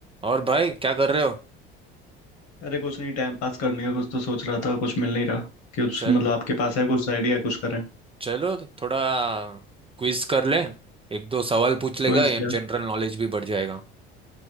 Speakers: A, on the right (about 20°); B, on the left (about 60°).
A: और भाई क्या कर रहे हो
B: अरे कुछ नहीं टाइम पास करने का कुछ तो सोच रहा था कुछ मिल नहीं रहा कुछ
A: चल
B: मतलब आपके पास है कुछ आइडिया कुछ करें
A: चलो तो थोड़ा क्विज कर ले एक दो सवाल पूछ लेगा
B: क्विज
A: जनरल
B: क्या
A: नॉलेज भी बढ़ जाएगा